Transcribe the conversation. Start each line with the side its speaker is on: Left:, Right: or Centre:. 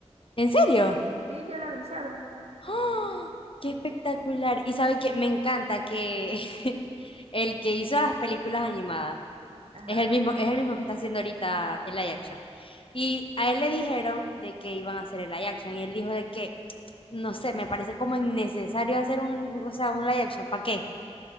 Left: ¿En serio? <gasps>
Right: Sí, ya la anunciaron.
Left: ¡Ah! ¡Qué espectacular! Y sabe que me encanta que <laughs> el que hizo las películas animadas
Right: Ajá.
Left: es el mismo, es el mismo que está haciendo ahorita el live action. Y a él le dijeron de que iban a hacer el live action y él dijo de que, <tsk> no sé, me parece como innecesario hacer un, un- o sea, un live action. ¿Para qué?